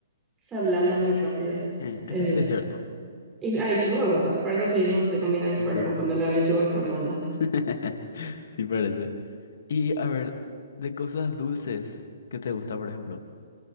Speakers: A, on the right; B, on the left.
A: se ablanda muy rápido.
B: Eh, eso
A: El,
B: sí es cierto,
A: y ay, yo no me gusta. Para eso sí, no sé, comida me enfermo
B: entiendo.
A: cuando la lechuga está blanda.
B: <laughs> Sí parece. Y a ver, de cosas dulces, ¿qué te gusta, por ejemplo?